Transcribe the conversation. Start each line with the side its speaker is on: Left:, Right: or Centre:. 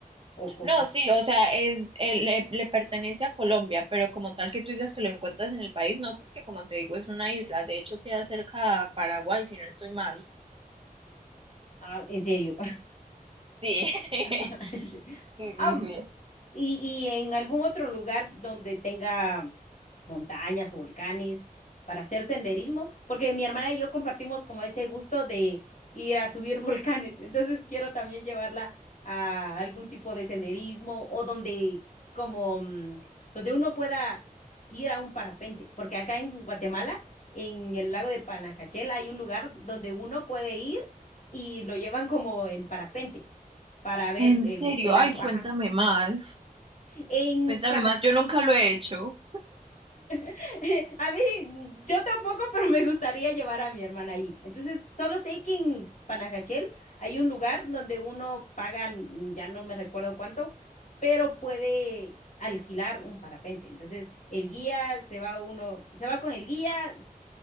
Left: ¿O, o
Right: No,
Left: cómo?
Right: sí, o sea, es, eh, le, le pertenece a Colombia, pero como tal que tú digas que lo encuentras en el país, no, porque como te digo, es una isla. De hecho, queda cerca a Paraguay, si no estoy mal.
Left: Ah, en serio.
Right: Sí, <laughs>
Left: <laughs>
Right: sí,
Left: Ah,
Right: sí, sí.
Left: Y, y en algún otro lugar donde tenga montañas o volcanes para hacer senderismo, porque mi hermana y yo compartimos como ese gusto de ir a subir <laughs> volcanes, entonces quiero también llevarla a algún tipo de senderismo o donde como mm, donde uno pueda ir a un parapente, porque acá en Guatemala, en el lago de Panajachel hay un lugar donde uno puede ir y lo llevan como en parapente para ver
Right: En
Left: el,
Right: serio,
Left: el lago,
Right: ay, cuéntame
Left: ajá.
Right: más.
Left: En
Right: Cuéntame
Left: Panamá.
Right: más, yo nunca lo he hecho.
Left: <laughs> A mí, yo tampoco, pero me gustaría llevar a mi hermana allí. Entonces, solo sé que en Panajachel hay un lugar donde uno paga, mm, ya no me recuerdo cuánto, pero puede alquilar un parapente. Entonces, el guía se va uno, se va con el guía,